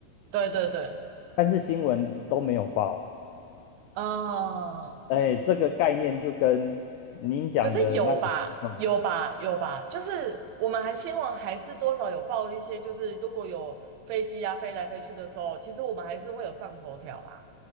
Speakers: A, on the right; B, on the left.
A: 对对对，
B: 但是新闻都没有报。
A: 啊，
B: 哎，这个概念就跟您讲的那个情况，
A: 可是有吧，有吧，有吧，就是我们还新闻还是多少有报一些，就是如果有飞机啊飞来飞去的时候，其实我们还是会有上头条啦。